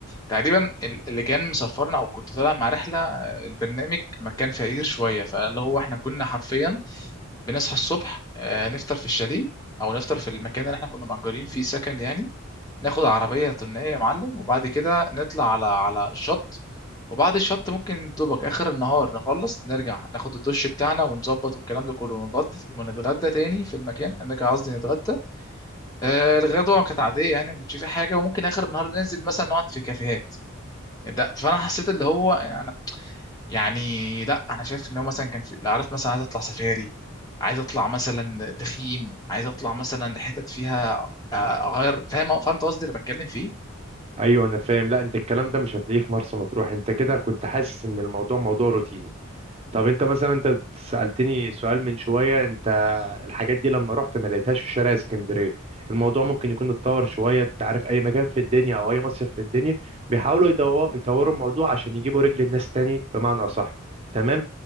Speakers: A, on the left; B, on the right.
A: تقريبا ال- اللي كان مسافرنا او كنت طالع مع رحله آه، البرنامج ما كان فقير شويه فاللي هو احنا كنا حرفيا بنصحى الصبح آه، نفطر في الشاليه او نفطر في المكان اللي احنا كنا مأجرين فيه سكن يعني ناخد عربية طنية يا معلم وبعد كده نطلع على على الشط وبعد الشط ممكن دوبك آخر النهار نخلص نرجع ناخد الدش بتاعنا ونظبط والكلام ده كله ونتغدى ونتغدى تاني في المكان نرجع قصدي نتغدى آه الغدوة كانت عادية يعني ما كانش في حاجة وممكن آخر النهار ننزل مثلا نقعد في كافيهات ده فأنا حسيت اللي هو يعني, يعني لا أنا شايف إن هو مثلا كان في عارف مثلا عايز أطلع سفاري عايز أطلع مثلا تخييم عايز أطلع مثلا حتت فيها آه، أغير فاهم فهمت قصدي اللي بتكلم فيه
B: ايوه انا فاهم لا انت الكلام ده مش هتلاقيه في مرسى مطروح انت كده كنت حاسس ان الموضوع موضوع روتيني طب انت مثلا انت سألتني سؤال من شوية انت الحاجات دي لما رحت ما لقيتهاش في شارع اسكندرية الموضوع ممكن يكون اتطور شوية انت عارف اي مكان في الدنيا او اي مصيف في الدنيا بيحاولوا يدو- يطوروا الموضوع عشان يجيبوا رجل الناس تاني بمعنى اصح تمام